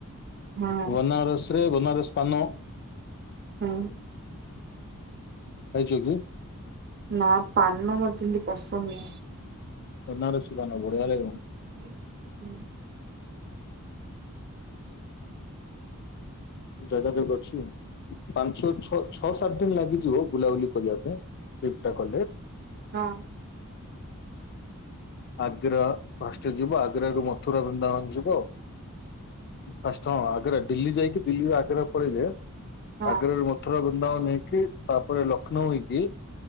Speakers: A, on the right; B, on the left.
A: ହଁ
B: ବନାରସରେ ବନାରସ ପାାନ
A: ହଁ।
B: ଖାଇଛ କି?
A: ନା ପାନ ମତେ ଏମିତି ପସନ୍ଦ ନୁହ।
B: ବାନରସି ପାନ ବଢ଼ିଆ ଲାଗିବ।
A: ହ ହୁଁ
B: ଯୋଗାାଯୋଗ ଅଛି ପାଞ୍ଚ ଛଅ ଛଅ ସାତ ଦିନ ଲାଗିଯିବ ବୁଲାବୁଲି କରିବା ପାଇଁ ଠିକ୍ ତ କଲେ
A: ହଁ
B: ଆଗ୍ରା ଫଷ୍ଟେ ଯିବ ଆଗ୍ରା ରୁ ମଥୁରା ବୃନ୍ଦାବନ ଯିବ ପାଷ୍ଟ ହଁ ଆଗ୍ରା ଦିଲ୍ଲୀ ଯାଇକି ଦିଲ୍ଲୀ ଆଗ୍ରା ପଳେଇଲେ
A: ହଁ
B: ଆଗ୍ରରୁ ମଥୁର ବୃନ୍ଦାବନ ନେଇକି ତାପରେ ଲକ୍ଷ୍ନୌ ହେଇକି